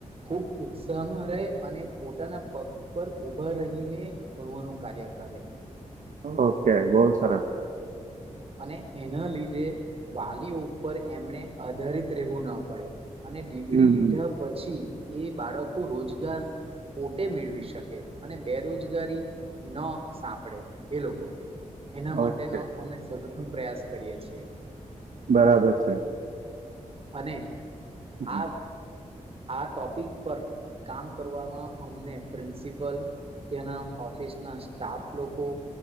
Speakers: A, on the right (about 45°); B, on the right (about 80°).
A: ખૂબ ઉત્સાહમાં રહે અને પોતાના પગ પર <unintelligible> ઊભા રહીને ભણવાનું કાર્ય કરે.
B: ઓકે બોલ સરસ.
A: અને એના લીધે વાલીઓ ઉપર એમને આધારિત રહેવું ના પડે. અને ડિગ્રી
B: હમ
A: લીધા
B: હમ
A: પછી. એ બાળકો રોજગાર પોતે મેળવી શકે અને બેરોજગારી ન. સાંપડે એ લોકોને. એના માટેનો
B: ઓકે
A: અમે સઘન પ્રયાસ કરીએ છીએ.
B: બરાબર છે.
A: અને
B: હમ
A: આ. આ ટોપિક પર કામ કરવામાં અમને પ્રિન્સિપલ. ત્યાના ઓફિસ ના સ્ટાફ લોકો.